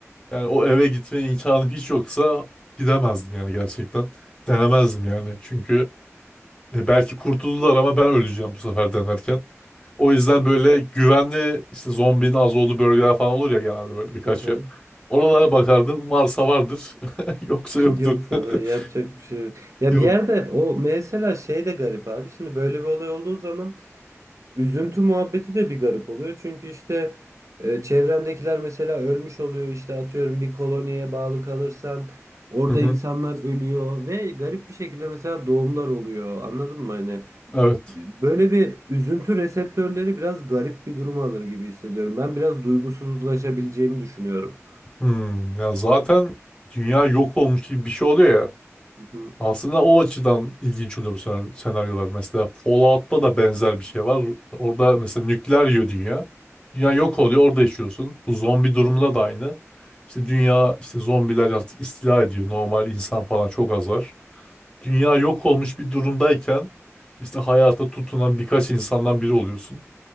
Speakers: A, on the left; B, on the right.
A: Yani o eve gitme imkanım hiç yoksa gidemezdim yani gerçekten. Denemezdim yani. Çünkü e, belki kurtuldular ama ben öleceğim bu sefer denerken. O yüzden böyle güvenli işte zombinin az olduğu bölgeler falan olur ya genelde böyle birkaç
B: <laughs>
A: yer. Oralara bakardım. Varsa vardır. <laughs> Yoksa yoktur.
B: Yoksa
A: <laughs>
B: da yapacak bir şey yok. Ya
A: Yok.
B: bir yerde o mesela şey de garip abi. Şimdi böyle bir olay olduğu zaman Üzüntü muhabbeti de bir garip oluyor. Çünkü işte e, çevrendekiler mesela ölmüş oluyor. İşte atıyorum bir koloniye bağlı kalırsan orada
A: Hı hı.
B: insanlar ölüyor ve garip bir şekilde mesela doğumlar oluyor. Anladın mı? Hani
A: Evet.
B: e, böyle bir üzüntü reseptörleri biraz garip bir durum alır gibi hissediyorum. Ben biraz duygusuzlaşabileceğimi düşünüyorum.
A: Hmm. Ya zaten dünya yok olmuş gibi bir şey oluyor ya.
B: Hı hı.
A: Aslında o açıdan ilginç oluyor bu sen- senaryolar. Mesela Fallout'ta da benzer bir şey var. Orada mesela nükleer yiyor dünya. Dünya yok oluyor, orada yaşıyorsun. Bu zombi durumunda da aynı. İşte dünya, işte zombiler artık istila ediyor. Normal insan falan çok az var. Dünya yok olmuş bir durumdayken işte hayata tutunan birkaç insandan biri oluyorsun.